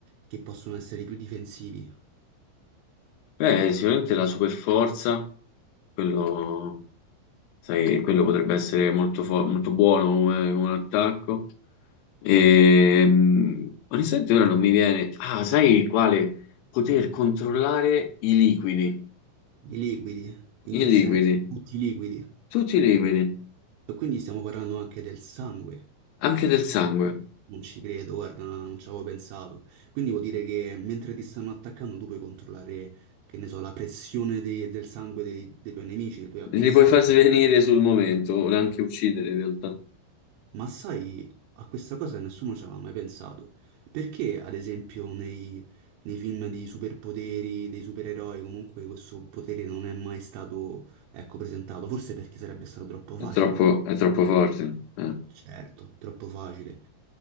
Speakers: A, on the right; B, on the left.
A: che possono essere i più difensivi?
B: beh, sicuramente la super forza, quello, sai, quello potrebbe essere molto, fo- molto buono come, come un attacco. Ehm, onestamente ora non mi viene... Ah, sai quale? Poter controllare i liquidi,
A: I liquidi? In che
B: i
A: senso?
B: liquidi,
A: Tutti liquidi?
B: tutti i liquidi,
A: E Quindi stiamo parlando anche del sangue.
B: anche del sangue.
A: Non ci credo, guarda, no, non ci avevo pensato. Quindi vuol dire che mentre ti stanno attaccando, tu puoi controllare, che ne so, la pressione de- del sangue dei, dei tuoi nemici, dei tuoi avversari.
B: Li puoi far svenire sul momento, o anche uccidere in realtà.
A: Ma sai, a questa cosa nessuno ci aveva mai pensato. Perché, ad esempio, nei, nei film di superpoteri, dei supereroi, comunque questo potere non è mai stato, ecco, presentato? Forse perché sarebbe stato troppo
B: È
A: facile.
B: troppo, è troppo forte. eh.
A: Certo, troppo facile.